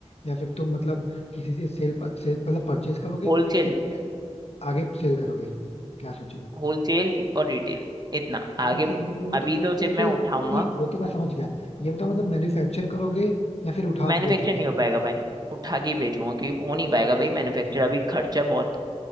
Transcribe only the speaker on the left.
या फिर तुम मतलब किसी से सेल सेल मतलब परचेज करोगे
फिर से आगे सेल करोगे क्या सोचा है?
होलसेल
रिटेल हो
तो मतलब
रिटेल
नहीं वो तो मैं समझ गया ये बताओ मतलब मैन्युफैक्चर करोगे या फिर उठा
के बेचोगे
ओके